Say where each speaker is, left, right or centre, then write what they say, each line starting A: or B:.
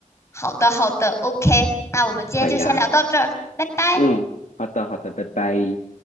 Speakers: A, on the left (about 20°); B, on the left (about 65°).
A: 好的好的，OK，那我们今天就先聊到这儿，
B: 好呀，
A: 拜拜。
B: 嗯，好的，好的，拜拜。